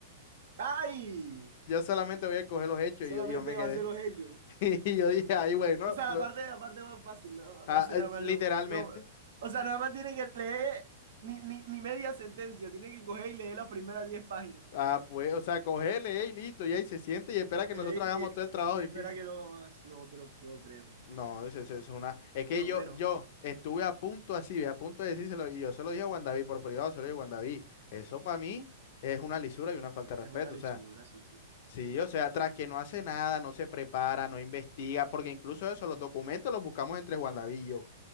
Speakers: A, on the right; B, on the left.
A: ¡Ay!
B: Yo solamente voy a coger los hechos
A: Solamente
B: y yo, y yo me quedé.
A: va a ser los hechos.
B: <laughs> Y yo dije, ay, bueno,
A: O sea,
B: ¿no?
A: la parte, la parte más fácil, ¿no?
B: Ah,
A: Va a ser nada
B: eh,
A: más
B: literalmente.
A: lo, lo- O sea, nada más tiene que leer ni, ni, ni media sentencia, tiene que coger y leer las primeras 10 páginas.
B: Ah, pues, o sea, cogele, eh, y listo, y ahí se siente y espera que
A: Ey,
B: nosotros hagamos todo el trabajo
A: y
B: difícil.
A: espera que lo haga más. No te lo puedo creer.
B: No, eso, eso es una. Es que
A: No, hombre,
B: yo,
A: no.
B: yo estuve a punto así, a punto de decírselo, y yo se lo dije a Juan David por privado, se lo dije a Juan David. Eso para mí es una lisura y una falta de
A: Es
B: respeto.
A: una lisura,
B: O sea,
A: sí, sí.
B: sí, o sea, tras que no hace nada, no se prepara, no investiga, porque incluso eso, los documentos los buscamos entre Juan David y yo. O